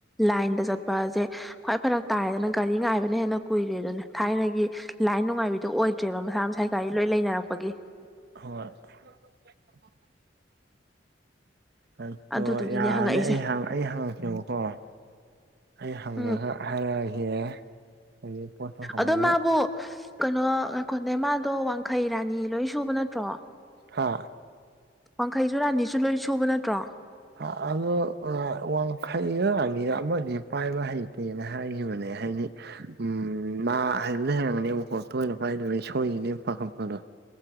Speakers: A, in the centre; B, on the right.
A: ꯂꯥꯏꯟꯗ ꯆꯠꯄꯁꯦ ꯈ꯭ꯋꯥꯏ ꯐꯔꯛ ꯇꯥꯔꯦꯗꯅ ꯒꯥꯔꯤ ꯉꯥꯏꯕꯅ ꯍꯦꯟꯅ ꯀꯨꯏꯔꯦ ꯑꯗꯨꯅ ꯊꯥꯏꯅꯒꯤ ꯂꯥꯏꯟ ꯅꯨꯡꯉꯥꯏꯕꯤꯗꯣ ꯑꯣꯏꯗ꯭ꯔꯦꯕ ꯃꯁꯥ ꯃꯁꯥꯒꯤ ꯒꯥꯔꯤ ꯂꯣꯏ ꯂꯩꯅꯔꯛꯄꯒꯤ
B: ꯍꯣꯏꯣꯏ ꯑꯗꯣ
A: ꯑꯗꯨꯗꯨꯒꯤꯅꯦ
B: ꯌꯥꯔꯅꯤꯦ
A: ꯍꯪꯉꯛꯏꯁꯦ
B: ꯑꯩ ꯑꯩ ꯍꯥꯡꯉꯛꯀꯦꯕꯀꯣ ꯑꯩ ꯍꯪꯉꯒ
A: ꯎꯝ
B: ꯍꯥꯏꯔꯛꯑꯒꯦ ꯍꯥꯏꯗꯤ ꯄꯣꯠꯇꯣ ꯀꯃꯥꯏꯅ
A: ꯑꯗꯣ ꯃꯥꯕꯨ ꯀꯩꯅꯣ ꯉꯈ ꯅꯃꯥꯗꯣ ꯋꯥꯡꯈꯩ ꯔꯥꯅꯤ ꯂꯣꯏ ꯁꯨꯕ ꯅꯠꯇ꯭ꯔꯣ
B: ꯍꯥ
A: ꯋꯥꯡꯈꯩꯁꯨ ꯔꯥꯅꯤꯁꯨ ꯂꯣꯏ ꯁꯨꯕ ꯅꯠꯇ꯭ꯔꯣ
B: ꯑ ꯋꯥꯡꯈꯩꯔꯜꯂꯤ ꯑꯃꯗꯤ ꯄꯥꯏꯕ ꯍꯩꯇꯦꯅ ꯍꯥꯏꯈꯤꯕꯅꯦ ꯀꯩ ꯍꯥꯏꯅꯤ ꯎ ꯃꯥ ꯍꯥꯏꯕ ꯂꯩꯔꯝꯒꯅꯦ ꯃꯈꯣꯛ ꯇꯣꯏꯅ ꯄꯥꯏꯗꯔ ꯁꯣꯏꯔꯤꯅꯦ ꯄꯥꯈꯠꯄꯗꯣ